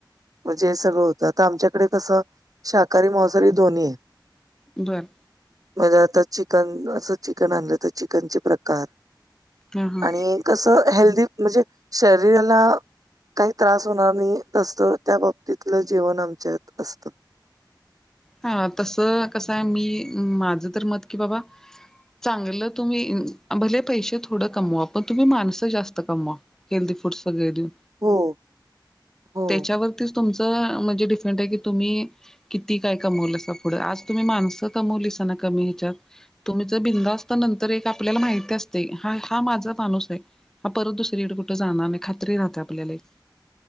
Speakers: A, on the right; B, in the centre.
A: म्हणजे हे सगळं होतं आ आमच्याकडे कसं शाकाहारी मवसारी दोन्ही आहे.
B: बरं.
A: म्हजे आता चिकन असं चिकन आणलं तर चिकनचे प्रकार
B: हा हा
A: आणि कसं हेल्दी म्हणजे शरीराला काही त्रास होणार नाही असत त्या बाबतीतलं जीवन आमच्यात असतं.
B: हा तस कसं आहे मी माझं तर मत कि बाबा चांगलं तुम्ही भले पैसे थोडं कमवा पण तुम्ही माणसं जास्त कमवा. हेल्थदी फूडस वगैर दि
A: हो. हो,
B: त्याच्यावरतीच तुमचं म्हणजे डिफेंट आहे कि तुम्ही किती? काय कमवल अस पुढे आज तुम्ही माणसं कमवलीसना कमी ह्याच्यात. तुम्ही ज भिंद असता नंतर एक आपल्याला माहिती असते हा हा माझा माणूस आहे. हा परत दुसरीकडे कुठं जाणार नाहीी खात्री राहत आपल्याला एक